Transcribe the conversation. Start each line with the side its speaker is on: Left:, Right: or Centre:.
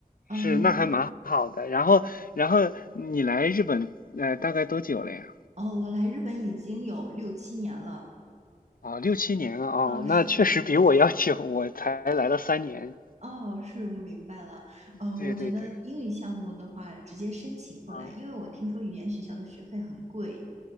Left: 是，
Right: 嗯、
Left: 那还蛮好的。然后然后你来日本呃，大概多久了呀？
Right: 哦，我来日本已经有六七年了。
Left: 啊，六七年啊，哦，
Right: 嗯、是的，
Left: 那确实比我要久，我才来了三年。
Right: 哦，是，我明白了。呃，
Left: 对对对对，
Right: 我觉得英语项目的话，直接申请过来，
Left: 啊，
Right: 因为我听说语言学校的学费很贵，